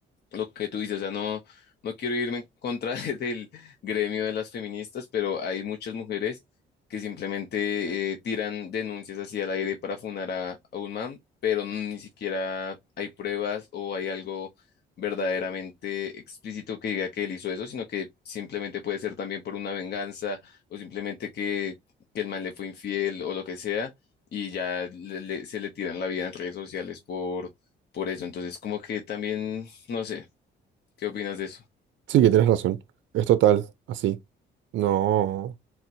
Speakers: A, on the left; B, on the right.
A: lo que tú dices, o sea, no, no quiero irme en contra <laughs> del gremio de las feministas, pero hay muchas mujeres que simplemente eh, tiran denuncias hacia el aire para funar a, a un man, pero ni siquiera hay pruebas o hay algo verdaderamente explícito que diga que él hizo eso, sino que simplemente puede ser también por una venganza o simplemente que, que el man le fue infiel o lo que sea, y ya le- le- se le tiran la vida en redes sociales por, por eso. Entonces, como que también... No sé, ¿Qué opinas de eso?
B: Sí, que tienes razón. Es total, así. No,